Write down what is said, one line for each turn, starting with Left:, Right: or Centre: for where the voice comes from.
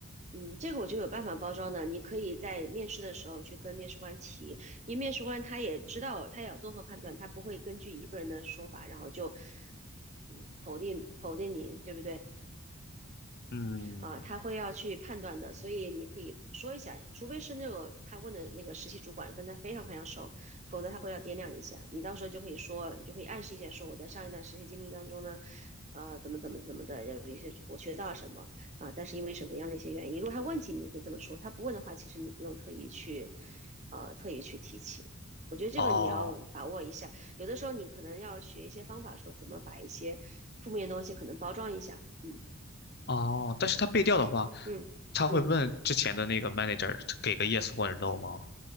Right: 嗯，这个我就有办法包装的。你可以在面试的时候去跟面试官提，因为面试官他也知道，他也要综合判断，他不会根据一个人的说法，然后就嗯否定否定你，对不对？
Left: 嗯，
Right: 啊，他会要去判断的，所以你可以说一下，除非是那个他问的那个实习主管跟他非常非常熟，否则他会要掂量一下。你到时候就可以说，你就可以暗示一下，说我在上一段实习经历当中呢，呃，怎么怎么怎么的，有一些我学到了什么啊、呃但是因为什么样的一些原因，如果他问起，你可以这么说；他不问的话，其实你不用特意去，呃，特意去提起。我觉得这个你要把握一下，
Left: 哦。
Right: 有的时候你可能要学一些方法，说怎么把一些负面的东西可能包装一下。嗯
Left: 哦，但是他背调的话，
Right: 嗯嗯。
Left: 他会问之前的那个 manager 给个 yes 或者 no 吗？